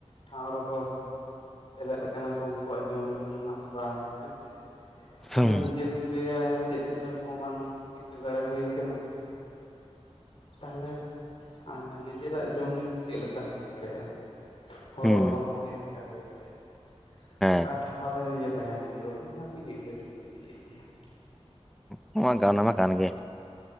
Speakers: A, on the left; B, in the centre.
A: ᱴᱷᱟᱶ ᱨᱮᱠᱚ᱾ ᱥᱮᱞᱮᱫ ᱟᱠᱟᱱᱟ ᱠᱚ ᱩᱱᱠᱩᱣᱟᱜ ᱡᱚᱢ ᱧᱩ ᱨᱮᱱᱟᱜ ᱦᱚᱨᱟ ᱦᱮᱸ ᱥᱮ᱾ ᱟᱫᱚ
B: ᱦᱩᱸ
A: ᱱᱤᱡᱮ ᱫᱚᱢ ᱞᱟᱹᱭᱟ ᱪᱮᱫ ᱦᱚᱸ ᱵᱟᱝ ᱪᱤᱠᱟᱹ ᱫᱟᱲᱮ ᱦᱩᱭ ᱠᱟᱱᱟ ᱛᱟᱦᱞᱮ᱾ ᱟᱨ ᱱᱤᱡᱮᱨᱟᱜ ᱡᱚᱢ ᱧᱩ ᱠᱚ ᱪᱮᱫ ᱞᱮᱠᱟ ᱦᱩᱭ ᱫᱟᱲᱮᱭᱟᱜᱼᱟ ᱾ ᱦᱚᱨᱚᱜ
B: ᱦᱩᱸ
A: ᱵᱟᱸᱫᱮ ᱪᱮᱫ ᱞᱮᱠᱟ ᱦᱩᱭ ᱫᱟᱲᱮᱭᱟᱜᱼᱟ?
B: ᱦᱮᱸ
A: ᱚᱠᱟ ᱴᱷᱟᱶ ᱨᱮ ᱤᱭᱟᱹ ᱛᱟᱸᱦᱮᱱ ᱦᱩᱭᱩᱜᱼᱟ ᱚᱱᱮ ᱚᱱᱟ ᱠᱚᱧ ᱩᱭᱦᱟᱹᱨ ᱜᱮᱯᱮᱫ <unintelligible> ᱜᱮᱭᱟ ᱾
B: ᱱᱚᱣᱟ ᱜᱟᱱᱟ <unintelligible> ᱢᱟ ᱠᱟᱱ ᱜᱮᱭᱟ,